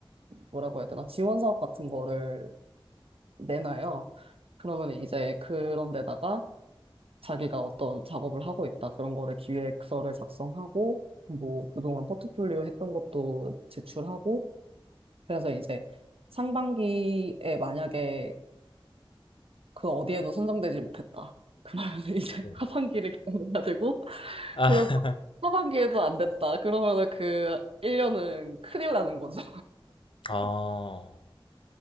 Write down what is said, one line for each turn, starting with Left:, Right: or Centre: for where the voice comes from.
Right: 뭐라고 해야 되나, 지원 사업 같은 거를 내놔요. 그러면 이제 그런 데다가 자기가 어떤 작업을 하고 있다. 그런 거를 기획서를 작성하고, 뭐, 그동안 포트폴리오 했던 것도 제출하고, 그래서 이제 상반기에 만약에 그 어디에도 선정되지 못했다. 그러면 <laughs> 이제
Left: 네.
Right: 하반기를 경험해야 되고,
Left: 아,
Right: 그리고
Left: <laughs>
Right: 하반기에도 안 됐다. 그러면은 그 1년은 큰일 나는 거죠.
Left: 아, 어,